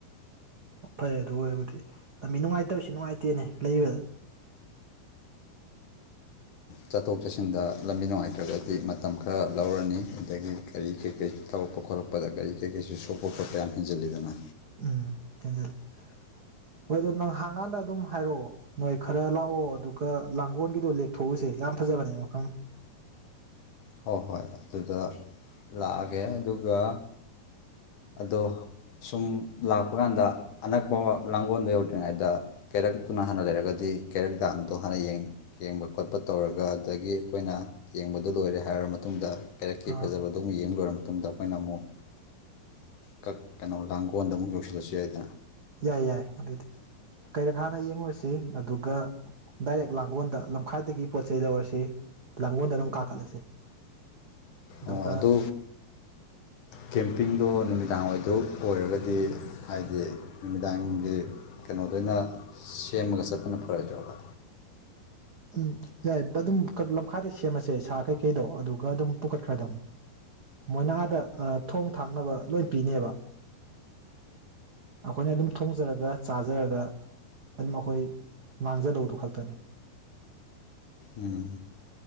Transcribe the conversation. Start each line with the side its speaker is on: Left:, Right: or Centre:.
Right: ꯑꯣ ꯐꯔꯦ ꯑꯗꯨ ꯑꯣꯏꯔꯕꯨꯗꯤ ꯂꯝꯕꯤ ꯅꯨꯡꯉꯥꯏꯇꯕꯁꯨ ꯅꯨꯡꯉꯥꯏꯇꯦꯅꯦ ꯂꯩꯕꯗ
Left: ꯆꯠꯊꯣꯛ ꯆꯠꯁꯤꯟꯗ ꯂꯝꯕꯤ ꯅꯨꯡꯉꯥꯏꯇ꯭ꯔꯒꯗꯤ ꯃꯇꯝ ꯈꯔ ꯂꯧꯔꯅꯤ ꯑꯗꯒꯤ ꯒꯥꯔꯤ ꯀꯔꯤꯀꯩ ꯇꯧꯔꯛꯄ ꯈꯣꯠꯂꯛꯄꯗ ꯒꯥꯔꯤ ꯀꯔꯤ ꯀꯩꯁꯨ ꯁꯣꯛꯄ ꯈꯣꯠꯄ ꯌꯥꯝ ꯍꯦꯟꯖꯤꯜꯂꯤꯗꯅ
Right: ꯎꯝ ꯍꯦꯟꯖꯤꯜꯂꯤ ꯍꯣꯏ ꯑꯗꯨ ꯅꯪꯍꯥꯡꯀꯥꯟꯗ ꯑꯗꯨꯝ ꯍꯥꯏꯔꯛꯑꯣ ꯅꯣꯏ ꯈꯔ ꯂꯥꯛꯑꯣ ꯑꯗꯨꯒ ꯂꯥꯡꯒꯣꯜꯒꯤꯗꯣ ꯂꯦꯛꯊꯣꯛꯎꯁꯦ ꯌꯥꯝ ꯐꯖꯕꯅꯦ ꯃꯐꯝ
Left: ꯍꯣꯏ ꯍꯣꯏ ꯑꯗꯨꯗ ꯂꯥꯛꯑꯒꯦ ꯑꯗꯨꯒ ꯑꯗꯣ ꯁꯨꯝ ꯂꯥꯛꯄ ꯀꯥꯟꯗ ꯑꯅꯛꯄ ꯂꯥꯡꯒꯣꯜꯗꯣ ꯌꯧꯗ꯭ꯔꯤꯉꯩꯗ ꯀꯦꯔꯛꯇꯨꯅ ꯍꯥꯟꯅ ꯂꯩꯔꯒꯗꯤ ꯀꯦꯔꯛ ꯗꯥꯝꯗꯣ ꯍꯥꯟꯅ ꯌꯦꯡꯕ ꯈꯣꯠꯄ ꯇꯧꯔꯒ ꯑꯗꯨꯗꯒꯤ ꯑꯩꯈꯣꯏꯅ ꯌꯦꯡꯕꯗꯣ ꯂꯣꯏꯔꯦ ꯊꯔꯕ ꯃꯇꯨꯡꯗ ꯀꯥꯏꯔꯛꯇꯤ
Right: ꯑꯥ
Left: ꯐꯖꯕꯗꯧꯝ ꯌꯦꯡ ꯂꯣꯏꯔꯝꯃꯦ ꯃꯇꯨꯡꯗ ꯑꯩꯈꯣꯏꯅ ꯑꯃꯨꯛ ꯀꯛ ꯀꯩꯅꯣ ꯂꯥꯡꯒꯣꯟꯗ ꯑꯃꯨꯛ ꯌꯧꯁꯤꯟꯂꯦ ꯑꯗꯨꯂꯁꯤ ꯌꯥ ꯍꯥꯏꯗ
Right: ꯌꯥꯏ ꯌꯥꯏ ꯑꯗꯨꯗꯤ ꯀꯩꯔꯛ ꯍꯥꯟꯅ ꯌꯦꯡꯉꯨꯔꯁꯤ ꯑꯗꯨꯒ ꯗꯥꯏꯔꯦꯛ ꯂꯥꯡꯒꯣꯜꯗ ꯂꯝꯈꯥꯏꯗꯒꯤ ꯄꯣꯠ ꯆꯩ ꯂꯧꯔꯁꯤ ꯂꯥꯡꯒꯣꯜꯗ ꯑꯗꯨꯝ ꯀꯥꯈꯠꯂꯁꯤ ꯑꯗꯨꯒ
Left: ꯑꯣ ꯑꯗꯨ ꯀꯦꯝꯄꯤꯡꯗꯣ ꯅꯨꯃꯤꯗꯥꯡ ꯑꯣꯏꯗ ꯑꯣꯏꯔꯒꯗꯤ ꯍꯥꯏꯗꯤ ꯅꯨꯃꯤꯗꯥꯡꯝꯒꯤ ꯀꯩꯅꯣꯗ ꯑꯣꯏꯅ ꯁꯦꯝꯃꯒ ꯆꯠꯇꯄꯅ ꯐꯔꯛꯏꯗꯕ
Right: ꯎꯝ ꯌꯥꯏ ꯑꯗꯨꯝ ꯂꯝꯈꯥꯏꯗ ꯁꯦꯝꯃꯁꯦ ꯁꯥ ꯀꯩꯀꯩꯗꯣ ꯑꯗꯨꯒ ꯑꯗꯨꯝ ꯄꯨꯈꯠꯈ꯭ꯔꯗꯕꯅꯤ ꯃꯣꯏꯅꯥꯗ ꯊꯣꯡ ꯊꯥꯛꯅꯕ ꯂꯣꯏ ꯄꯤꯅꯦꯕ ꯑꯩꯈꯣꯏꯅ ꯑꯗꯨꯝ ꯊꯣꯡꯖꯔꯒ ꯆꯥꯖꯔꯒ ꯑꯗꯨꯝ ꯑꯩꯈꯣꯏ ꯃꯥꯡꯖꯗꯧꯗꯨ ꯈꯛꯇꯅꯤ
Left: ꯎꯝ